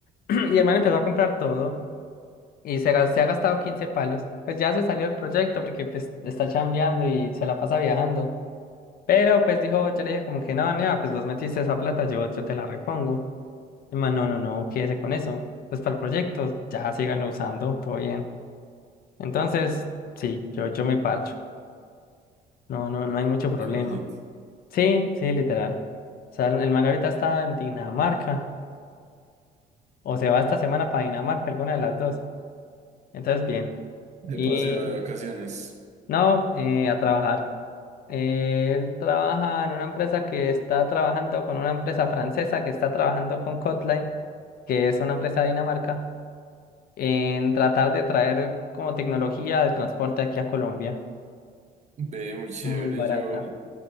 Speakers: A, on the left; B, on the right.
A: <clears throat> Y el man empezó a comprar todo y se, gas- se ha gastado 15 palos. Pues ya se salió del proyecto porque pues está chambeando y se la pasa viajando. Pero pues dijo, yo le dije como que no, nea, pues vos metiste esa plata, yo, yo te la repongo. El man, no, no, no, quédese con eso. Pues para el proyecto, ya síganlo usando, todo bien. Entonces, sí, yo, yo me parcho. No, no, no hay mucho problema.
B: Mucho billete.
A: Sí, sí, literal. O sea, el man ahorita está en Dinamarca. O se va esta semana para Dinamarca, alguna de las dos. Entonces, bien.
B: De
A: Y
B: paseo de vacaciones.
A: no, eh, a trabajar. Él trabaja en una empresa que está trabajando con una empresa francesa que está trabajando con Kotline, que es una empresa de Dinamarca, en tratar de traer como tecnología de transporte aquí a Colombia.
B: Ve, muy chévere.
A: Muy barata.
B: Yo l-